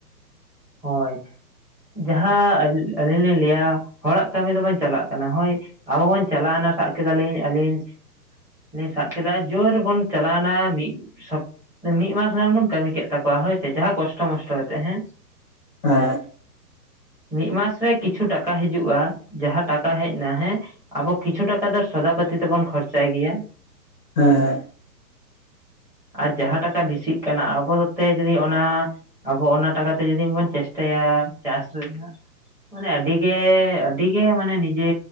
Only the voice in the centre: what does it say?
ᱦᱳᱭ ᱾ ᱡᱟᱦᱟᱸ ᱟᱹᱞᱤᱧ ᱞᱤᱧ ᱞᱟᱹᱭᱟ ᱦᱚᱲᱟᱜ ᱠᱟᱹᱢᱤ ᱫᱚᱵᱚᱱ ᱪᱟᱞᱟᱜ ᱠᱟᱱᱟ ᱦᱳᱭ ᱟᱵᱚ ᱵᱚᱱ ᱪᱟᱞᱣᱱᱟ ᱥᱟᱵ ᱠᱮᱫᱟᱞᱤᱧ ᱟᱹᱞᱤᱧ ᱥᱟᱵ ᱠᱮᱫᱟ ᱡᱳᱨ ᱨᱮᱵᱚᱱ ᱪᱟᱞᱟᱣᱱᱟ ᱢᱤᱫ ᱥᱚᱯ ᱾ ᱢᱤᱫ ᱢᱟᱥ ᱜᱟᱱ ᱵᱚᱱ ᱠᱟᱹᱢᱤ ᱠᱮᱫ ᱛᱟᱠᱚᱣᱟ ᱦᱳᱭᱥᱮ ᱡᱟᱦᱟᱸ ᱠᱚᱥᱴᱚ ᱢᱚᱥᱴᱚ ᱠᱟᱛᱮᱜ ᱦᱮᱸ
ᱢᱤᱫ ᱢᱟᱥ ᱨᱮ ᱠᱤᱪᱷᱩ ᱴᱟᱠᱟ ᱦᱤᱡᱩᱜᱼᱟ ᱡᱟᱦᱟᱸ ᱴᱟᱠᱟ ᱦᱮᱡ ᱮᱱᱟ ᱦᱮᱸ ᱟᱵᱚ ᱠᱤᱪᱷᱩ ᱴᱟᱠᱟ ᱫᱚ ᱥᱚᱫᱟ ᱯᱟᱹᱛᱤ ᱛᱮᱵᱚᱱ ᱠᱷᱚᱨᱪᱟᱭ ᱜᱮᱭᱟ᱾
ᱟᱨ ᱡᱟᱦᱟᱸ ᱴᱟᱠᱟ ᱵᱮᱥᱤᱜ ᱠᱟᱱᱟ ᱟᱵᱚ ᱛᱮ ᱡᱩᱫᱤ ᱚᱱᱟ ᱟᱵᱚ ᱚᱱᱟ ᱴᱟᱠᱟ ᱡᱩᱫᱤ ᱵᱚᱱ ᱪᱮᱥᱴᱟᱭᱟ ᱪᱟᱥ ᱨᱮᱱᱟᱜ ᱢᱟᱱᱮ ᱟᱹᱰᱤ ᱜᱮ ᱟᱹᱰᱤ ᱜᱮ ᱢᱟᱱᱮ ᱱᱤᱡᱮ